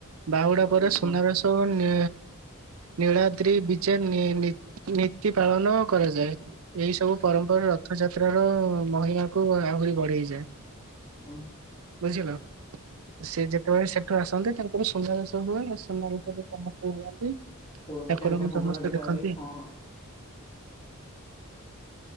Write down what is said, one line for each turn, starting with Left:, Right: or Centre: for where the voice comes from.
Right: ବାହୁଡ଼ା
Left: ହଉ
Right: ପରେ ସୁନାବେଶ
Left: ହଉ
Right: ଓ ନି ନୀଳାଦ୍ରି ବିଜେ ନି ନିତ୍ ନୀତି ପାଳନ କରାଯାଏ। ଏଇ ସବୁ ପରମ୍ପରା ରଥଯାତ୍ରାର ମହିମାକୁୁ ଆହୁରି ବଢ଼େଇଯାଏ।
Left: ହଁ।
Right: ବୁଝିଲ? ସେ ଯେତେବେଳେ ସେଠୁ ଆସନ୍ତି ତାଙ୍କର ସୁନାବେଶ ହୁଏ ସୁନାବେଶରେ ସମସ୍ତେ ରୁହନ୍ତି।
Left: ପୋଡ ପିଠା
Right: ଠାକୁରଙ୍କୁ
Left: ପିଠା ଭୋଗ
Right: ସମସ୍ତେ
Left: ଲାଗେ
Right: ଦେଖନ୍ତି।
Left: ତାରେ ହଁ।